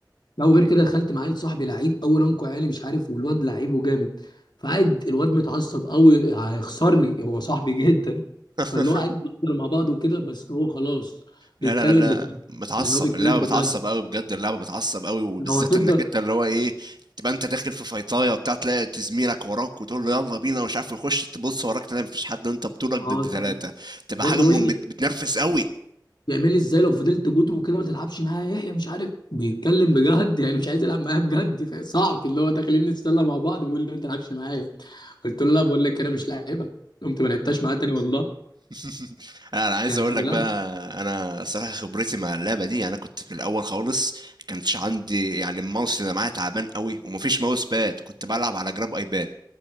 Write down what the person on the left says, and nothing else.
لا وغير كده دخلت مع عيل صاحبي لعيب قوي رانكو عالي مش عارف والواد لعيب وجامد فقعد الواد متعصب قوي هيخسرني هو صاحبي <laughs> جدا
فاللي هو قاعد بنفضل مع بعض وكده بس هو خلاص
بيتكلم
بجد
يعني هو بيتكلم
بجد
لو هتفضل
خلاص
يقول
لي
يعمل لي ازاي لو فضلت بوت وكده ما تلعبش معايا يا يحيى مش عارف بيتكلم بجد يعني مش عايز يلعب معايا بجد صعب اللي هو داخلين نتسلى مع بعض بيقول لي ما تلعبش معايا قلت له لا بقول لك انا مش لاعبها قمت ما لعبتش معاه تاني والله
يعني
لا